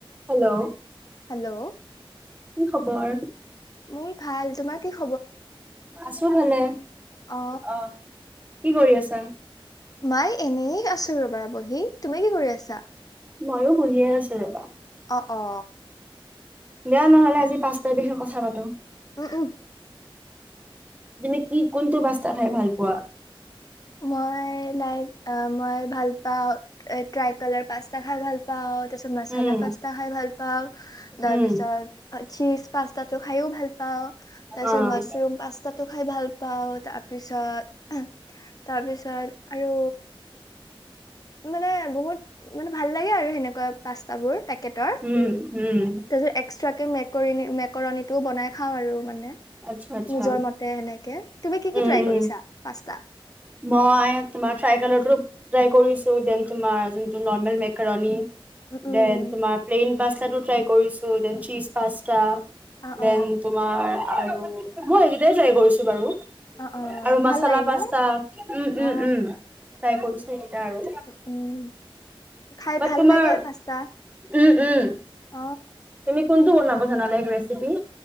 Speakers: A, on the right; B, on the left.
A: Hello.
B: Hello.
A: কি খবৰ?
B: মোৰ ভাল। তোমাৰ কি খ
A: আছোঁ ভালে।
B: অ
A: অ', কি কৰি আছা?
B: মই এনেই আছোঁ। ৰ'বা, বহি তুমি কি কৰি আছা?
A: ময়ো বহিয়েই আছোঁ। ৰ'বা
B: অ', অ'।
A: দিয়া, নহ'লে আজি পাস্তা বিষয়ে কথা পাতোঁ।
B: অ', উম।
A: তুমি কি, কোনটো পাস্তা খাই ভাল পোৱা?
B: মই, লাইক, আ, মই ভাল পাওঁ। আ, ট্ৰাই-কালাৰ পাস্তা খাই ভাল পাওঁ। তাৰ পিছত মাচালা
A: উম
B: পাস্তা খাই ভাল পাওঁ। তাৰ
A: হুম।
B: পিছত চীজ পাস্তাটো খাইও ভাল পাওঁ। তাৰ পিছত
A: অ',
B: মাছৰুম পাস্তাটো খাই ভাল পাওঁ। তাৰ পিছত তাৰ পিছত আৰু মানে বহুত মানে ভাল লাগে আৰু সেনেকুৱা পাস্তাবোৰ পেকেটৰ। তাৰ
A: উম উম
B: পিছত একস্ত্ৰা তে মেকৰণী, মেকৰণীটো বনাই খাওঁ আৰু মানে
A: আচ্ছা আচ্ছা
B: নিজৰ মতে এনেকে তুমি কি
A: উম
B: কি ট্ৰাই
A: উম।
B: কৰিছা? পাস্তা।
A: মই তোমাৰ ত্ৰাইকলৰটো ট্ৰাই কৰিছো, ডেন তোমাৰ যোনটো নৰমেল মেকৰণী
B: উম উম
A: ডেন তোমাৰ প্লেইন পাচ টো ট্ৰাই কৰিছো। ডেন চীজ পাস্তা
B: অ
A: ডেন
B: অ
A: তোমাৰ আৰু মই এইকেইটাই ট্ৰাই কৰিছো বাৰু।
B: অ অ
A: আৰু
B: ভাল
A: মাচালা
B: লাগে
A: পাস্তা।
B: ন
A: উম-উম-উম
B: অ
A: ট্ৰাই কৰিছোঁ সেইকেইটা আৰু।
B: উম খাই
A: বাত
B: ভাল
A: তোমাৰ
B: লাগে পাস্তা
A: উম-উম,
B: অ
A: তুমি কোনটো? বনাব জনা নে কিবা ৰেচিপি?